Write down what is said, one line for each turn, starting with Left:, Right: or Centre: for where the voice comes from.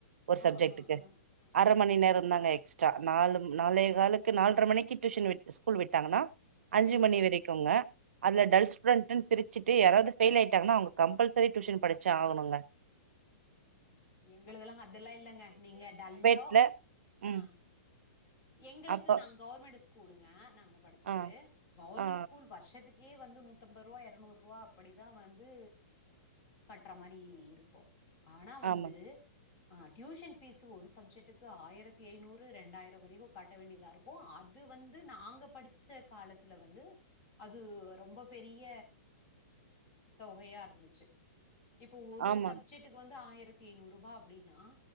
Right: ஒரு
Left: ஆ,
Right: சப்ஜெக்டுக்கு
Left: ஆ, ஆ, ஆ,
Right: அர
Left: ஆ.
Right: <unintelligible> தாங்க எக்ஸ்ட்ரா நாலு நாலே காலுக்கு நால்ர மணிக்கு டியூஷன் விட்டு ஸ்கூல் விட்டாங்கனா அஞ்சி
Left: ம்,
Right: மணி
Left: ம்.
Right: வெரிக்குங்க அதுல டல்
Left: ஆ.
Right: ஸ்டுடண்ட்னு பிரி ச்சிட்டு யாராவது ஃபெயில் ஆயிட்டாங்னா அவங்க கம்பல்செரி டியூஷன் படிச்சு ஆகணுங்க
Left: எங்களுதல்லா அதெல்லா இல்லங்க நீங்க டல்லோ
Right: இல்ல ம்
Left: ஆ. எங்களுக்கு
Right: அப்ப
Left: நா கவர்மெண்ட்டு ஸ் ஸ்கூலுங்க நாங்க படிச்சது
Right: ஆ
Left: கவர்மெண்ட்
Right: ஆ
Left: ஸ்கூல் வருஷத்துக்கு ஏ வந்து நூத்தம்பரூவா எரநூரூவா அப்படிதா வந்து கட்ற மாரி இருக்கும் ஆனா வந்து
Right: ஆமா
Left: ஆ டியூஷன் ஃபீஸு ஒரு சப்ஜெட்டுக்கு ஆயிரத்தி ஐநூறு ரெண்டாயிரோ வர ரையு காட்ட வேண்டியதா இருக்கும் அது வந்து நாங்க படிச்ச காலத்துல வந்து அது ரொம்ப பெரிய தொகையா இருந்துச்சு இப்போ ஒரு
Right: ஆமாங்க
Left: சப்ஜெட்டுக்கு வந்து ஆயிர் ரத்திஐநூருபா அப்டின்னா